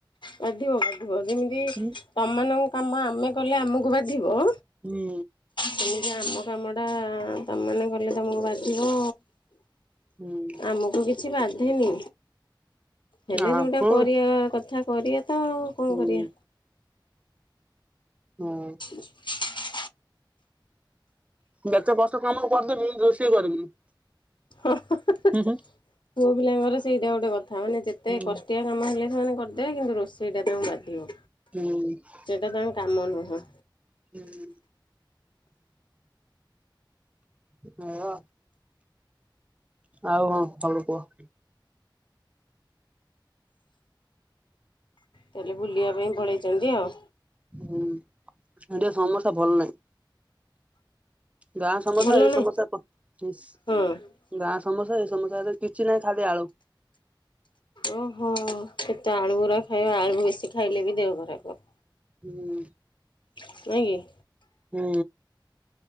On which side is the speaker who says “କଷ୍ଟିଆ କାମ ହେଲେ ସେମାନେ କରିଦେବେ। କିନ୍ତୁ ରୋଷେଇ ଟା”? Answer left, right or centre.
Left